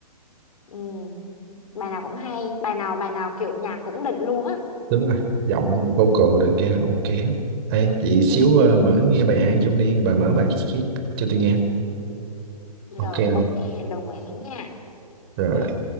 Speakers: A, on the left; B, on the right.
A: ừ. bài nào cũng hay bài nào bài nào kiểu nhạc cũng đỉnh luôn á
B: đúng rồi giọng vocal
A: ừ
B: được kia ok hết Ê, chị xíu
A: ừ
B: à, mở nghe bài ai chung đi bà mở bài chiếc cho tôi nghe
A: rồi
B: ok
A: ok
B: không
A: đồng ý nha
B: rồi
A: ừ